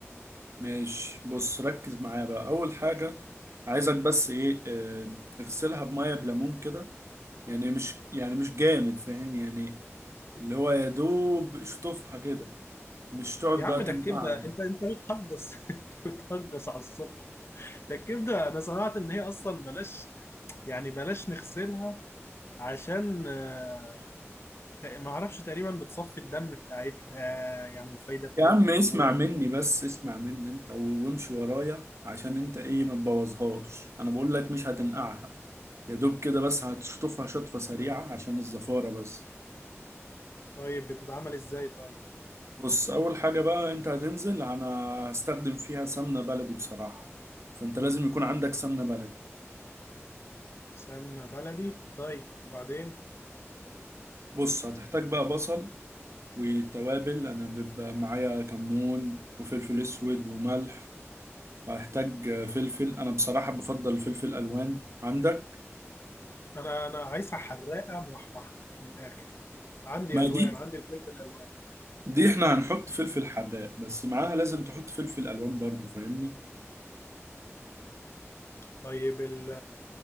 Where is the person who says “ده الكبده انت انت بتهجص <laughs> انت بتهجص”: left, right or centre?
Left